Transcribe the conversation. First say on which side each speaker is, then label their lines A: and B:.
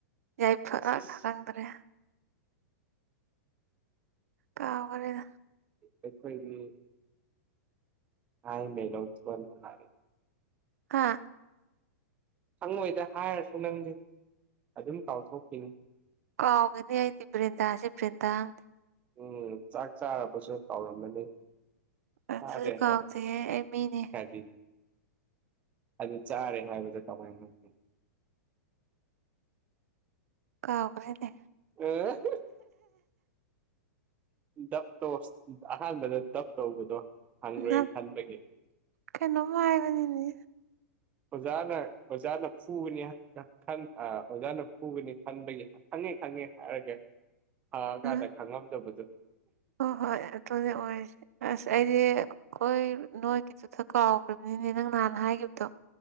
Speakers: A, on the right; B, on the right.
A: ꯌꯥꯏꯐꯥ
B: ꯏꯁ
A: ꯈꯪꯗ꯭ꯔꯦ ꯀꯥꯎꯈ꯭ꯔꯦꯗ
B: ꯑꯩꯈꯣꯏꯒꯤ <unintelligible>
A: ꯍꯥ
B: ꯈꯪꯉꯣꯏꯗ ꯍꯥꯏꯔꯁꯨ ꯅꯪꯗꯤ ꯑꯗꯨꯝ ꯀꯥꯎꯊꯣꯛꯈꯤꯅꯤ
A: ꯀꯥꯎꯒꯅꯤ ꯑꯩꯗꯤ ꯕ꯭ꯔꯤꯟꯗꯥꯁꯦ ꯕ꯭ꯔꯤꯟꯗꯥꯑꯝꯅꯤ
B: ꯎꯝ ꯆꯥꯛ ꯆꯥꯔꯕꯁꯨ ꯀꯥꯎꯔꯝꯃꯅꯤ
A: ꯑꯗꯨꯁꯨ
B: ꯆꯥꯔꯦ
A: ꯀꯥꯎꯗꯦꯍꯦ
B: ꯍꯥꯏꯌꯣ
A: ꯑꯩ ꯃꯤꯅꯤ
B: <unintelligible> ꯑꯗꯨ ꯆꯥꯔꯦ ꯍꯥꯏꯕꯗꯨ ꯀꯃꯥꯏꯟ ꯉꯥꯡꯒꯦ
A: ꯀꯥꯎꯒ꯭ꯔꯦꯅꯦ
B: ꯍꯥꯏꯒꯦ ꯗꯞꯇꯣ ꯑꯍꯥꯟꯕꯗ ꯗꯞ ꯇꯧꯕꯗꯣ ꯍꯪꯒ꯭ꯔꯦ
A: ꯅꯞ
B: ꯈꯟꯕꯒꯤ
A: ꯀꯩꯅꯣꯝ ꯍꯥꯏꯕꯅꯤꯅꯦ
B: ꯑꯣꯖꯥꯅ ꯑꯣꯖꯥꯅ ꯐꯨꯕꯅꯤ ꯑꯥ ꯑꯣꯖꯥꯅ ꯐꯨꯕꯅꯤ ꯈꯟꯕꯒꯤ ꯈꯪꯉꯦ ꯈꯪꯉꯦ ꯍꯥꯏꯔꯒꯦ ꯍꯪꯉꯥꯀꯟꯗ
A: ꯎꯝ
B: ꯈꯪꯉꯝꯗꯕꯗꯨ
A: ꯍꯣꯏ ꯍꯣꯏ ꯑꯗꯨꯅꯦ ꯑꯣꯏꯔꯁꯦ ꯑꯁ ꯑꯩꯗꯤ ꯈꯣꯏ ꯅꯣꯏ ꯑꯗꯨꯗ ꯀꯥꯎꯒ꯭ꯔꯕꯅꯤꯅꯦ ꯅꯪ ꯅꯍꯥꯟ ꯍꯥꯏꯒꯤꯕꯗꯣ